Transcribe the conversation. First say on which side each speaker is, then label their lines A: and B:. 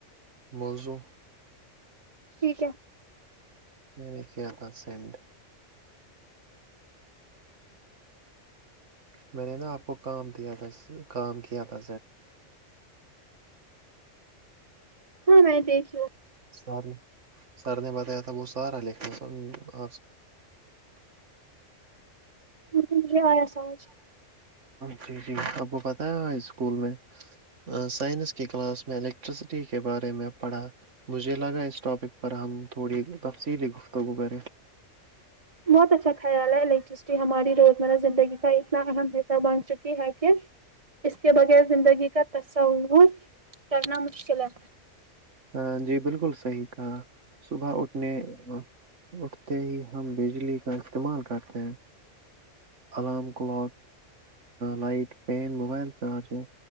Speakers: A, on the right; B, on the right.
A: موزو
B: ٹھیک ہے
A: میں نے کیا تھا سینڈ میں نے نا آپ کو کام د تھا کام کیا تھا
B: ہاں میں دیکھی لوں
A: سر نے سر نے بتایا تھا وہ سارا لکھا سر آپ سے
B: مجھے آیا سمج
A: جی جی آپ کو پتا ہے اسکول میں سائنس کی کلاس میں الیکٹرسٹی کے بارے میں پڑھا مجھے لگا اس ٹاپک پر ہم تھوڑی تفصیلی گفتگو کریں
B: بہت اچھایاا ہے ل ہماری روزمرہ زندگی کا اتنا اہم حصہ بن چکی ہے کہ اس کے بغیر زندگی کا تصور کرنا مشکل ہے
A: ہ جی بالکل صحیح کہا صبح اٹھنے اٹھتے ہی ہم بجلی کا استعمال کرتے ہیں alarm clock light pen mobile charger